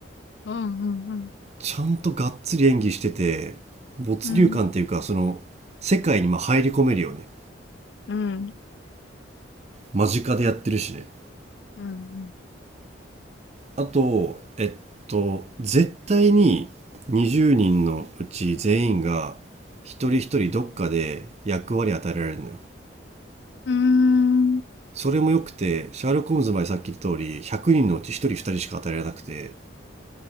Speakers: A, on the left; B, on the right.
A: うん、うん、
B: ちゃんとがっつり演技してて、没入感っていうか、
A: うん、
B: その、世界にまあ入り込めるよね。
A: うん、
B: 間近でやってるしね。
A: うん、うん、
B: あと、えっと、絶対に20人のうち全員が一人一人どっかで役割与えられるのよ。
A: うんうーん、
B: それも良くて、シャーロック・ホームズまでさっき言った通り、100人のうち1人2人しか与えられなくて、